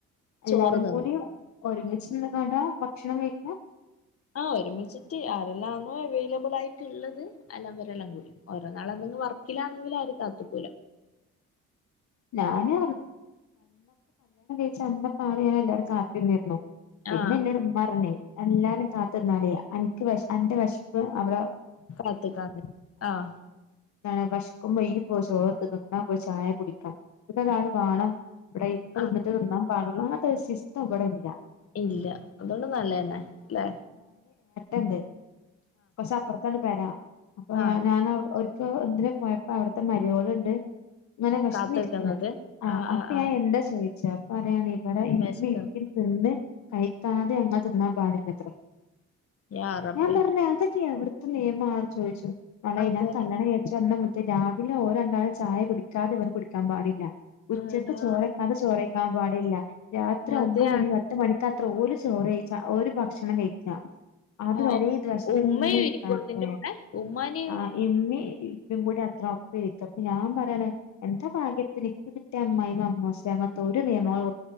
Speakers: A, on the left; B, on the left.
A: എല്ലാരും
B: ചോറ് തന്നു
A: കൂടി ഒരുമിച്ച് നിന്നുനൊണ്ടാ ഭക്ഷണം കഴിക്ക?
B: ആ ഒരുമിച്ചിട്ട് ആരെല്ലാന്നോ അവൈലബിൾ ആയിട്ടുള്ളത് അല്ലാം അവരെല്ലാം കൂടി ഓരോ നാൾ എന്തെങ്കിലും വർക്കില്ലാന്നെങ്കിലാരും കാത്തുക്കൂല
A: ഞാന് <unintelligible> കാത്തിരിന്നിരുന്നോ പിന്നെന്നോട്
B: ആഹ്
A: പറഞ്ഞേ എല്ലാരും കാത്തിരുന്നാലേയ് അൻക് വെശ് അന്റെ വിശപ്പ് അവിടെ
B: കാത്തിക്കാന് ആഹ്
A: ന്താണ് വെശക്കുമ്പോ <unintelligible> പോ ചോറടുത്തിന്നാ പോയി ചായ കുടി ഇതെക്കാണ് പാഠം ഇവിടെ ഇപ്പ തിന്നിട്ട്
B: ആഹ്
A: തിന്നാൻ പാടുള്ളു അങ്ങനെ ഈ സിസ്റ്റം ഇവിടെ ഇല്ല
B: ഇല്ല അതൊണ്ട് നല്ലതന്നെ ല്ലെ
A: എണ്ട് കൊറച്ചപ്പർത്താണ് വരാം അപ്പൊ
B: ആഹ്
A: ഞാൻ ഞാനവടെ ഒരു പ്പൊ എന്തിനെ പോയപ്പോ അവിടുത്തെ മരോളിണ്ട് ഇങ്ങനെ വെ
B: കാത്ത്ക്കുന്നത്
A: നീച്ച്ക്കുണ് ആ
B: ആഹ്
A: അപ്പെ
B: ആഹ്
A: ഞാൻ
B: ആഹ്
A: എന്താ സൊയ്ച്ച പറയാണെ ഇവിടെ ഇപ്പ
B: വെശ്ക്ക്ന്ന്
A: ഇത്തിരി തിന്ന് കൈക്കാതെ ഞങ്ങൾ തിന്നാൻ പാടില്ലത്രെ
B: യാ റബ്ബേ
A: ഞാൻ പറഞ്ഞ അതൊക്കെയെവിടു ത്ത് നിയമാ ചോയ്ച്ചു വള
B: അതെ
A: ഇന കല്യാണം കയിച് വന്ന് രവിലെ ഓര് രണ്ടാളും ചായ കുടിക്കാതെവർ കുടി ട്ടാൻ പാടില്ല ഉച്ചക്ക്
B: എടാ
A: ചോറക്കാത ചോറയ്ക്കാൻ പാടില്ല രാത്രി
B: അതെ
A: ഒമ്പ മണി പത്ത് മണി ക്ക് അത്ര ഓല് ചോറ് വെയ്ച്ച ഒര് ഭക്ഷണം കയി അത്
B: ആ
A: വരെ ഇത് പ്രശ്നന്നെ
B: ഉമ്മയും
A: ഇരിക്കരാത്രെ
B: ഇരിക്കും അതിന്റെ കൂടെ ഉമ്മാനെയും
A: ആ ഇമ്മീം ഇപ്പിംകൂടി അത്ര ഇരിക്കപ്പ ഞാൻ പറയണ എന്താ ഭാഗ്യത്തിന് ഇക്ക് കിട്ടിയ അമ്മായിമ്മ അമ്മോശെ അങ്ങനത്തെ ഒരു നിയമങ്ങളു